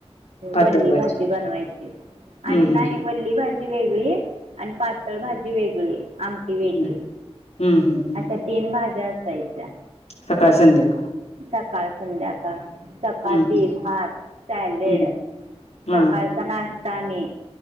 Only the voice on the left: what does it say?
पातळ
व्हायचं
हम्म
हम्म
हम्म हम्म हम्म हम्म
सकाळ संध्याकाळ
हम्म हम्म
हम्म हा
हा